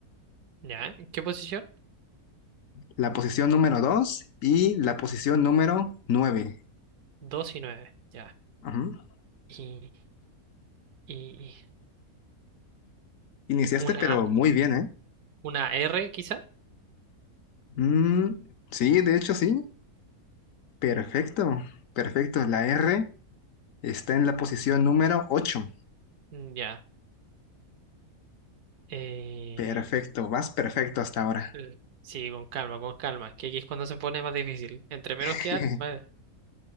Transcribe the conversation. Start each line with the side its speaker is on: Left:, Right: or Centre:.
Right: Ya. ¿En qué posición?
Left: La posición número 2 y la posición número nueve
Right: Dos y nueve. Ya.
Left: Ajá.
Right: Y, y
Left: Iniciaste,
Right: una,
Left: pero muy bien, ¿eh?
Right: una R quizá.
Left: Mm, sí, de hecho sí. Perfecto, perfecto. La R está en la posición número 8.
Right: Mm, Ya. Eh,
Left: Perfecto, vas perfecto hasta ahora.
Right: Eh, Sí, con calma, con calma. Es que aquí es cuando se pone más difícil. Entre menos
Left: <laughs>
Right: quedan, más...